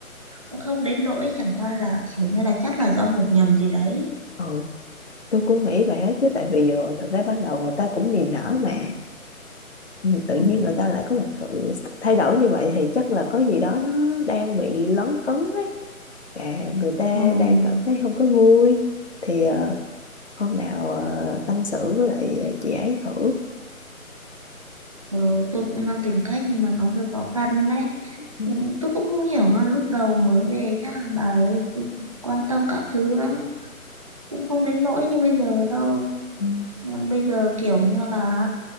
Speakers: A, on the right; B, on the left.
A: cũng không đến nỗi chẳng qua là kiểu như là chắc là do hiểu nhầm gì đấy.
B: ờ. tôi cũng nghĩ vậy á chứ tại vì ờ, thật ra ban đầu người ta cũng niềm nở mà Ừ, tự nhiên
A: Ừ.
B: người ta lại có một sự thay đổi như vậy thì chắc là có gì đó nó đang bị lấn cấn ấy và người ta
A: Ừ.
B: đang cảm thấy không có vui thì ờ, hôm nào ờ, tâm sự với lại ờ, chị ấy thử
A: Ừ, tôi cũng đang tìm cách nhưng mà nó hơi khó khăn đấy.
B: ừ,
A: Ừ, Tôi cũng không hiểu luôn lúc đầu mới về nhá, bà ấy quan tâm các thứ lắm, cũng không đến nỗi như bây giờ đâu.
B: ừ,
A: Ờ, Bây giờ kiểu như là